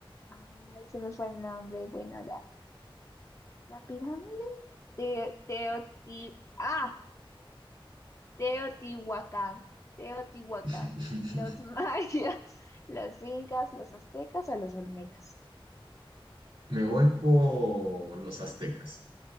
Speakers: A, on the left; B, on the right.
A: Ay, se me fue el nombre. Bueno, la, la pirámide de Teotihuacán. Ah, Teotihuacán, Teotihuacán,
B: <laughs>
A: los mayas, <laughs> los incas, los aztecas o los olmecas.
B: Me voy por los aztecas.